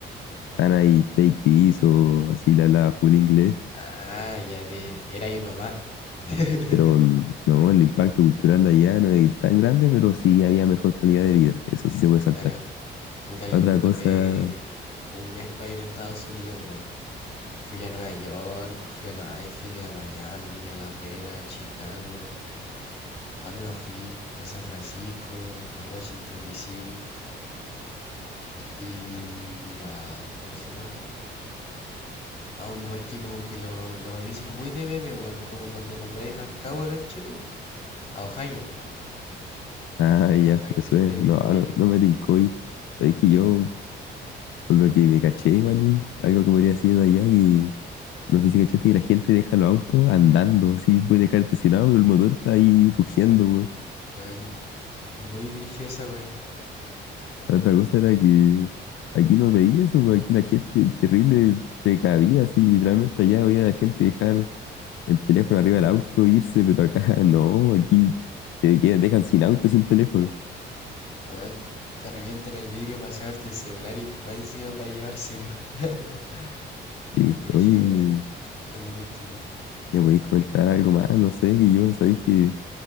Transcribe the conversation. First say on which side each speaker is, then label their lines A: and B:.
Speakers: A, on the left; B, on the left.
A: Can I take this o así la la full inglés.
B: Ah, ya te. Era y uno más. <laughs>
A: Pero mm, no, el impacto cultural de allá no es tan grande, pero sí había mejor calidad de vida. Eso sí se puede saltar.
B: Claro. Puta, yo
A: Otra
B: me tomé
A: cosa,
B: un mes para ir a Estados Unidos, weón. Fui a Nueva York, fui a Los Ángeles, a Miami, a Las Vegas, a Chicago. ¿A dónde más fui? A San Francisco, a Washington, D.C. y a, ¿cómo se llama? A un lugar que como que lo, lo dicen muy de meme, weón, como cuando nombráis Rancagua acá en Chile, a Ohio.
A: ah,
B: Feo,
A: ya,
B: Ohio,
A: me suena.
B: no tiene ni
A: No,
B: un brillo.
A: no, no me tincó ir. Es que yo,
B: No, ni un brillo.
A: por lo que me caché, igual, algo que podría decir de allá, que no sé si cachaste que la gente deja los autos andando, así puede dejar estacionado, pero el motor está ahí rugiendo,
B: Weón, muy brillosa, esa weón.
A: La otra cosa era
B: Ay,
A: que aquí no veía eso, porque aquí la gente terrible precavida, así literalmente allá veía a la gente dejar el teléfono arriba del auto, irse, pero acá <laughs> no, aquí te que- dejan sin auto, sin teléfono.
B: weón, te revientan el vidrio para sacarte el celular y va encima para llevárselo. <laughs>
A: Sí,
B: Brígido,
A: oye,
B: weón, el ca- cambio cultural.
A: ¿me podéis comentar algo más? No sé, que yo, sabéis que